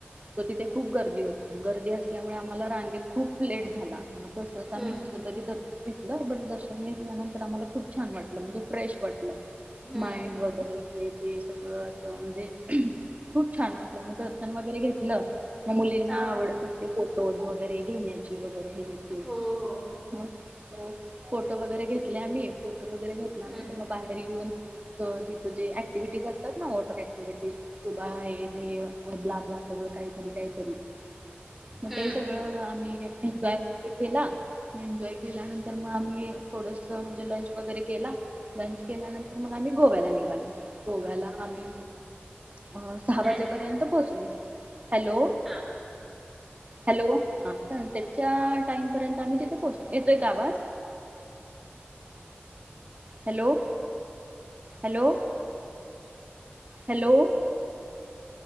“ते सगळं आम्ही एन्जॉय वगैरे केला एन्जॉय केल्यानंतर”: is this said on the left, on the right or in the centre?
Right